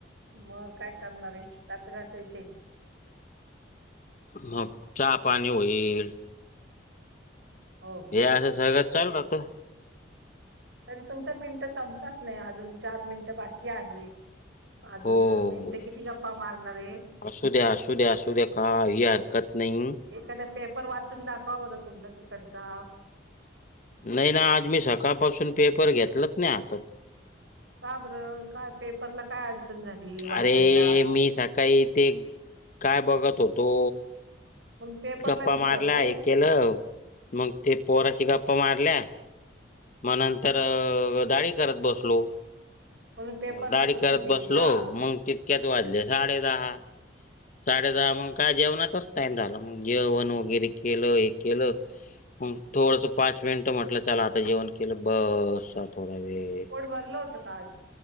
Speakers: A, on the right; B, on the left.
A: मग काय करणारे दात घासायचे.
B: ह चहा पाणी होईल.
A: ओके.
B: हे असं सगळं चालू राहत
A: तरी तुमचा मिनिट संपलाच नाही अजून चार मिनट बाकी आहेत. अजून
B: हो
A: मिनट किती गप्पा मारणार आहे.
B: असू द्या, असू द्या, असू द्या का ही हरकत नाही.
A: एखाद्या पेपर वाचून दाखवा बरं तुमचा तिकडचा.
B: नाही ना आज मी सकाळपासून पेपर घेतलाच नाही हातात.
A: का बरं, काय पेपरला काय अडचण झाली? वाचायला
B: अरे मी सकाळी इथे काय बघत होतो.
A: मण पेपरला
B: गप्पा
A: विसरले
B: मारल्या हे केलं. मग ते पोराची गप्पा मारल्या. मग नंतर दाडी करत बसलो.
A: म्हणून पेपरला
B: दाढी
A: सुट्टी
B: करत
A: दिली
B: बसलो
A: का?
B: मंग तितक्यात वाजले साडे दहा. साडे दहा मग का जेवणाचाच टाईम झाला मग जेवण वगैरे केलं हे केलं. म थोडसं पाच मिनिटं म्हटलं चला जेवण केलं बसा थोडा वेळ.
A: पोट भरलं होतं का आज?